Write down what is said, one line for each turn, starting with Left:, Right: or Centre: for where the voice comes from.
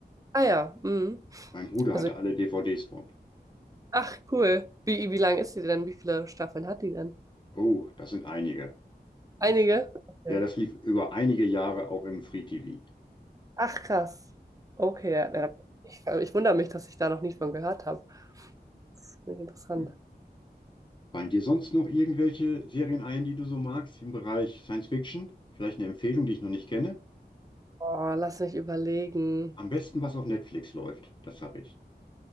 Right: Ah ja, mhm.
Left: Mein Bruder
Right: Also,
Left: hatte alle DVDs von.
Right: ach cool. Wie, wie lang ist die denn? Wie viele Staffeln hat die denn?
Left: Oh, das sind einige.
Right: Einige?
Left: Das,
Right: Okay.
Left: ja, das lief über einige Jahre auch im Free TV.
Right: Ach krass. Okay, ja. ja. Ich, ich wundere mich, dass ich da noch nicht von gehört habe. Das finde ich interessant.
Left: Hm. Fallen dir sonst noch irgendwelche Serien ein, die du so magst im Bereich Science Fiction? Vielleicht eine Empfehlung, die ich noch nicht kenne?
Right: Oh, lass mich überlegen.
Left: Am besten, was auf Netflix läuft. Das habe ich.